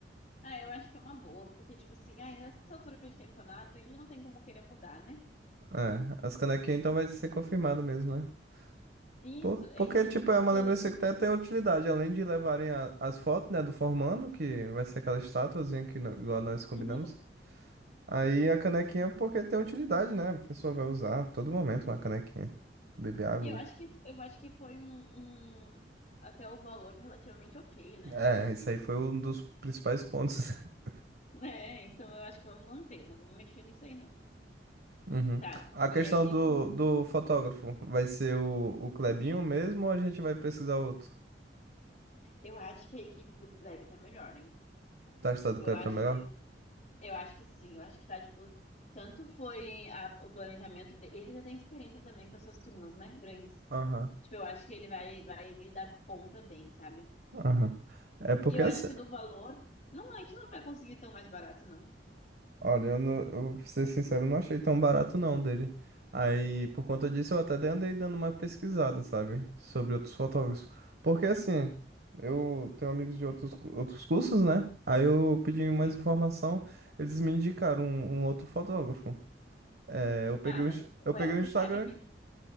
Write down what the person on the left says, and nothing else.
Ah, eu acho que é uma boa, porque, tipo assim, ai, nessa altura de campeonato, a gente não tem como querer mudar, né?
Isso,
a
gente,
tipo,
do.
tu-
Uhum.
E Eu acho que, eu acho que foi um, um- até o valor relativamente ok, né?
<laughs> Né? Então eu acho que vamos manter, não vamos mexer nisso aí, não.
Tá,
e aí de
com-
eu acho que a equipe do Lab tá melhor, hein?
Tipo,
eu acho
que, eu acho que sim, eu acho que tá, tipo, tanto foi a- o planejamento dele, ele já tem experiência também com essas turmas, né? Grandes.
Tipo, eu acho que ele vai, vai dar conta bem, sabe?
E eu
acho que do valor, não, a gente não vai conseguir tão mais barato, não.
Sim.
Ah, mas,
well,
tu
sabe que,